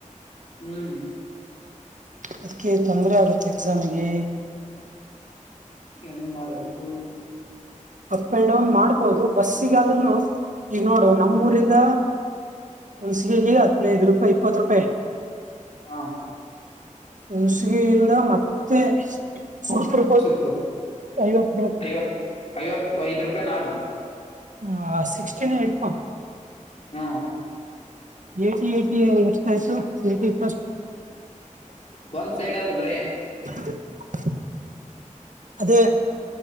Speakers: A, on the left; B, on the right.
A: ಹ್ಮ್
B: ಅದಕ್ಕೆೇ ತೊಂದರೆ ಆಗುತ್ತೆ ಎಕ್ಸಾಮಿಗೆ
A: ನ್ ಮಾಡ್ಬೇಕು
B: ಅಪ್ ಅಂಡ್ ಡೌನ್ ಮಾಡ್ಬೋದು ಬಸ್ಸಿಗಾದ್ೂನು ಈಗ ನೋಡು ನಮ್ಮೂಊರಿಂದ
A: ಹ್ಮ್.
B: ಉನ್ಸಿಲಿಗಿ ಹನೈದ್ರೂಪೆ ಇಪ್ಪತ್ರೂಪೆ
A: ಹಾ
B: ಹಣಸಿಗೆಯಿಂದ ಮತ್ತೆ ಸಪ
A: ಸುರ್ಪುರ್
B: ಐವತ್ತು
A: ಐವತ್ ಐವತ್ ಐದ್ ರೂಪಾಯಿ ನಾಲ್
B: ಹ್ಮ ಸಿಕ್ಸ್ಟೀನ್ ಎಡ್ಪ
A: ಹಾ
B: ಏಟಿ ಏಟಿ ಎಷ್ಟ ಆಯ್ತು ಏಟಿ ಪ್ಲಸ್
A: ಒಂದ್ ಸೈಡ್ ಆದದು ಬ್ರೆ
B: <unintelligible> ಅದೇ